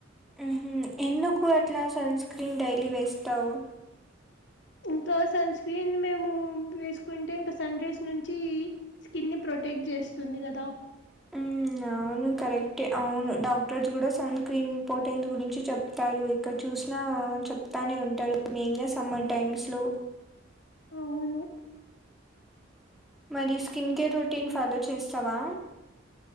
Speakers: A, in the centre; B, on the left.
A: ఉమ్ హు ఎందుకు అట్లా సన్ స్క్రీన్ డైలీ వేస్తావు
B: ఇంకా సన్ స్క్రీన్ మేము వేసుకుంటే ఇంకా సన్ రైస్ నుంచి స్కిన్ని ప్రో ప్రొటేక్ చేస్తుంది కదా
A: ఉమ్ అవును కరెక్టే అవును డాక్టర్స్ కూడా సన్ స్క్రీన్ ఇంపార్టెన్స్ గురించి చెప్తారు ఎక్కడ చూసిన నా చెప్తానే ఉంటారు మెయిన్గా సమ్మర్ టైమ్స్ లో
B: అవును
A: మరి స్కిన్ కేర్ రొటీన్ ఫాలో చేస్తావా